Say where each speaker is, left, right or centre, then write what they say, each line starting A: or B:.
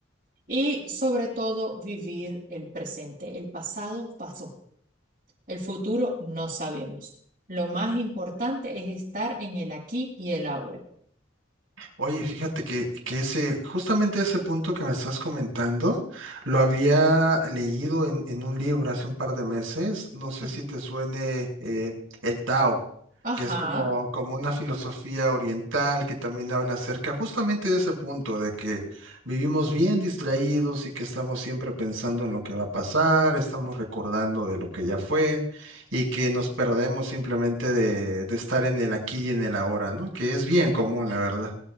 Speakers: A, on the right (about 45°); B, on the right (about 80°).
A: y sobre todo vivir el presente. El pasado pasó, el futuro no sabemos. Lo más importante es estar en el aquí y el ahora.
B: Oye, fíjate que, que ese, justamente ese punto que me estás comentando, lo había leído en, en un libro hace un par de meses. No sé
A: Ok.
B: si te suene eh, el Tao,
A: Ajá.
B: que es como, como una filosofía oriental que también habla acerca justamente de ese punto, de que vivimos bien distraídos y que estamos siempre pensando en lo que va a pasar, estamos recordando de lo que ya fue y que nos perdemos simplemente de, de estar en el aquí y en el ahora, ¿no? Que es bien común, la verdad.